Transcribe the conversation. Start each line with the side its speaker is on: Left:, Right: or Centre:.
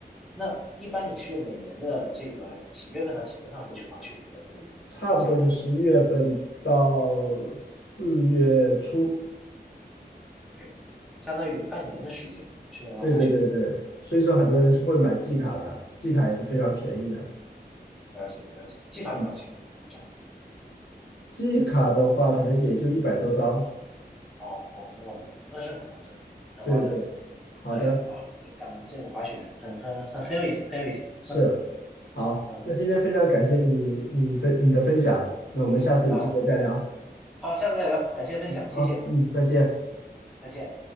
Centre: 那一般你是每年的这个几月份到几月份会去滑雪的比较多一点？
Left: 差不多就十一月份到四月初。
Centre: 在加拿大，OK，相当于有半年的时间是用来滑雪的
Left: 对对对对，所以说很多人是会买季卡的，
Centre: 啊。
Left: 季卡也是非常便宜的。
Centre: 了解了解，季卡多少钱？
Left: 嗯。
Centre: 这样
Left: 季卡的话，可能也就一百多刀。
Centre: 哦哦哦，那是很划算，很划算。
Left: 对对对，好的，
Centre: 对啊，听你讲的这个滑雪很很很很有意思，很有意思。
Left: 是好。
Centre: 嗯
Left: 那今天非常感谢你，你分你的分享。那我们下次有机会再聊。
Centre: 啊，好，下次再聊，感谢分享，
Left: 好，
Centre: 谢谢，
Left: 嗯，再见。
Centre: 再见。